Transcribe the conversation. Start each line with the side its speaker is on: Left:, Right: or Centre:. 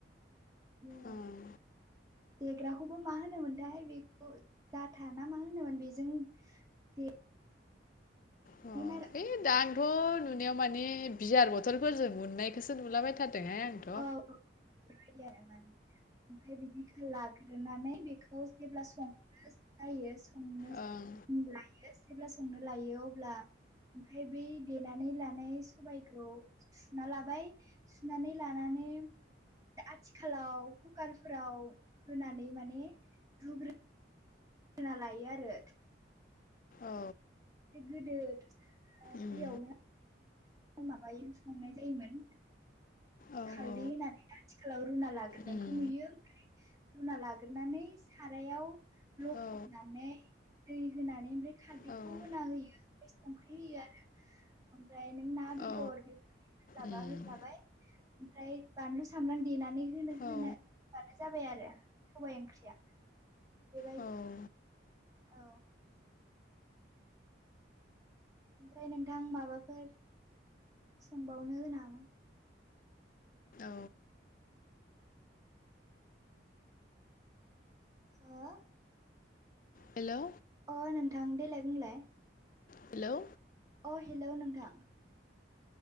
Right: ओ
Left: ओं
Right: देग्राखौबो मा होनोमोनथाय बेखौ जाथा ना मा होनोमोन बेजों दे
Left: अ
Right: आरो
Left: ओइ दा आंथ' नुनायाव मानि बियार बथलफोरजों उननायखोसो नुलाबायथारो आंथ'
Right: औ बेबायदि आरो माने ओमफ्राय बिदिखो लाग्रोनानै बेखौ जेब्ला सं नो जायो। संनो
Left: ओं
Right: लायो जेब्ला संनो लायो अब्ला ओमफ्राय बै देनानै लानाय सबायखौ सुना लाबाय सुनानै लानानै आथिखालाव कुकारफोराव होनानै माने रुग्रो ना लायो आरो
Left: औ
Right: गोदो ओ
Left: उम
Right: दैयावनो माबायो संनाय जायोमोन
Left: औ
Right: खारदै
Left: औ
Right: होननानै आथिखालाव रुना लाग्रोनायखौ
Left: उम
Right: नुयो ओमफ्राय रुना लाग्रनानै सारायाव ल'खबनानै
Left: औ
Right: दै होनानै ओमफ्राय खारदैखौ
Left: औ ओं
Right: होना होयो ओमफ्राय संख्रि होयो आरो ओमफ्राय नों ना बेदर
Left: औ
Right: <unintelligible> होबा
Left: उम
Right: होबाय ओमफ्राय बानलु सामब्राम देनानै नो
Left: औ
Right: जाबाय आरो सबाइ ओंख्रिया बेबायदि
Left: औ
Right: औ। ओमफ्राय नोंथां माबाफोर सोंबावनो हो नामा
Left: औ।
Right: हो
Left: हेलौ।
Right: अ नोंथां देलाय बुंलाय।
Left: हेलौ
Right: अ हेलौ नोंथां।